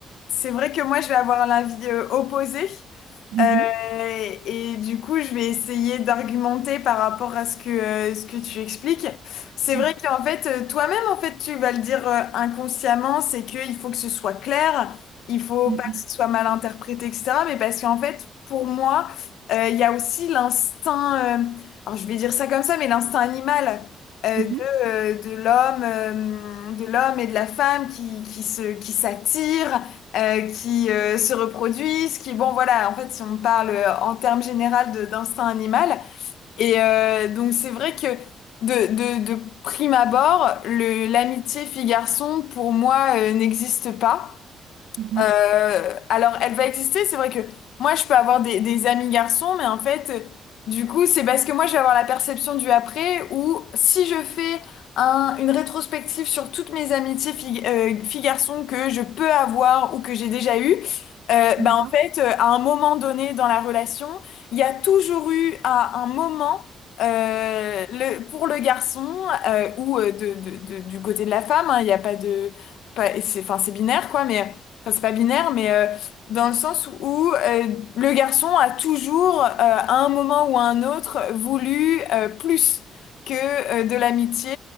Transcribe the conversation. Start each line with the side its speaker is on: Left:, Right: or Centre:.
Left: c'est vrai que moi, je vais avoir l'avis euh, opposé.
Right: Mhm,
Left: Euh, et du coup, je vais essayer d'argumenter par rapport à ce que, euh, ce que tu expliques. C'est
Right: mhm,
Left: vrai qu'en fait, euh, toi-même, en fait, tu vas le dire euh, inconsciemment, c'est qu'il faut que ce soit clair, il faut
Right: mhm,
Left: pas que ce soit mal interprété, etc. Mais parce qu'en fait, pour moi, euh, il y a aussi l'instinct, euh, alors je vais dire ça comme ça, mais l'instinct animal euh,
Right: mhm,
Left: de, euh, de l'homme, euh, de l'homme et de la femme qui, qui se, qui s'attirent euh, qui euh, se reproduisent, qui, bon, voilà, en fait, si on parle euh, en termes généraux de- d'instinct animal. Et euh, donc, c'est vrai que de, de, de prime abord, le, l'amitié fille-garçon, pour moi, euh, n'existe pas.
Right: mhm.
Left: Euh, alors, elle va exister. C'est vrai que moi, je peux avoir des, des amis garçons, mais en fait, euh, du coup, c'est parce que moi, je vais avoir la perception du après où si je fais un, une rétrospective sur toutes mes amitiés filles, euh, filles-garçons que je peux avoir ou que j'ai déjà eues, euh, ben,
Right: D'accord.
Left: en fait, euh, à un moment donné dans la relation, il y a toujours eu à un moment euh, le, pour le garçon euh, ou euh, de, de- de- du côté de la femme, hein, il n'y a pas de... Pas, c'est, enfin, c'est binaire, quoi, mais enfin c'est pas binaire, mais euh, dans le sens où euh, le garçon a toujours, euh, à un moment ou à un autre, voulu euh, plus que euh, de l'amitié,